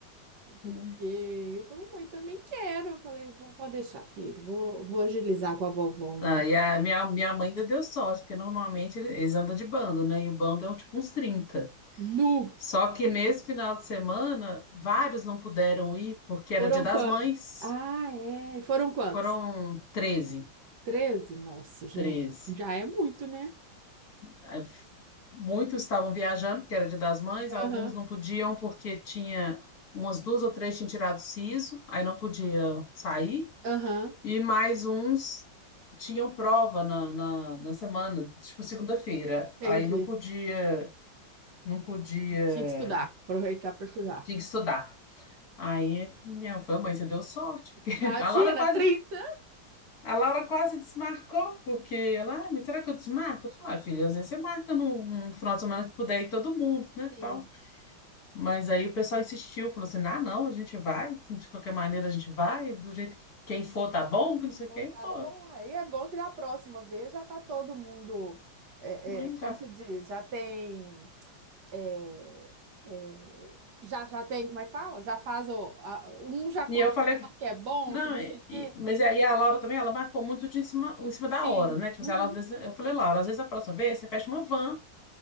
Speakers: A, on the right (about 65°); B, on the left (about 50°).
A: Porque
B: né?
A: ele falou, mãe, também quero. Eu falei, "Vó, pode deixar, filho. Vou, vou agilizar com a vovó uma.
B: Ah, e a minha, minha mãe ainda deu sorte, porque normalmente ele- eles andam de bando, né? E o bando é um, tipo uns 30.
A: Nu!
B: Só que nesse final de semana, vários não puderam ir porque era
A: Foram
B: Dia das
A: quantos?
B: Mães.
A: Ah, é. E Foram quantos?
B: Foram 13,
A: Treze? Nossa, gente.
B: 13.
A: Já é muito, né?
B: Aí, Muitos estavam viajando porque era Dia das Mães, alguns
A: Aham,
B: não podiam porque tinha umas duas ou três tinham tirado siso, aí não podia sair.
A: aham.
B: E mais uns tinham prova na, na, na semana, tipo segunda-feira.
A: Entendi.
B: Aí não podia, não podia,
A: Tinha que estudar. Aproveitar para estudar.
B: tinha que estudar. Aí minha fã, mãe, você deu sorte, porque
A: Imagina,
B: <laughs> a Laura quase
A: trinta
B: A Laura quase desmarcou, porque ela, ah, mas será que eu desmarco? Eu falei, ah, filha, às vezes você marca num, num final de semana que puder ir todo mundo, né,
A: Sim.
B: tal. Mas aí o pessoal insistiu, falou assim, ah, não, a gente vai, de qualquer maneira a gente vai, do jeito que quem for tá bom, que não
A: Então
B: sei o que, e
A: tá
B: foram.
A: bom. Aí é bom que da próxima vez já tá todo mundo, é,
B: E,
A: é, como
B: já...
A: se diz, já tem. é, é, já, já tem, como é que fala? Já faz o. a- um já conta
B: e eu falei,
A: pro outro que é bom,
B: não,
A: que não
B: e-
A: sei o quê.
B: e- mas aí a Laura também, ela marcou muito de em cima, em cima da
A: Sim.
B: hora, né, tipo
A: Uhum.
B: assim, ela, eu falei, Laura, às vezes a próxima vez você fecha uma van,